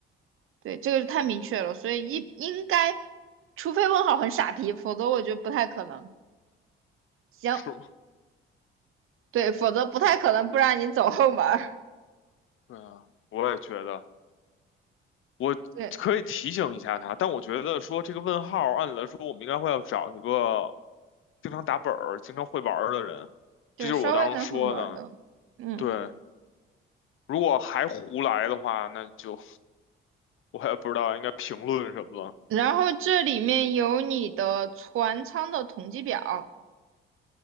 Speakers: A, on the right (about 75°); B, on the left (about 70°).
A: 对，这个是太明确了，所以一应该，除非问号很傻逼，否则我觉得不太可能。行，
B: 是，
A: 对，否则不太可能不让你走后门儿。
B: 对啊，我也觉得，我可以提醒一下他，
A: 对。
B: 但我觉得说这个问号，按理来说我们应该会要找一个经常打本儿经常会玩儿的人，
A: 对，
B: 这就是我当时说的。
A: 稍微能会玩的，嗯，
B: 对，如果还胡来的话，那就我也不知道应该评论什么了。
A: 然后这里面有你的船舱的统计表，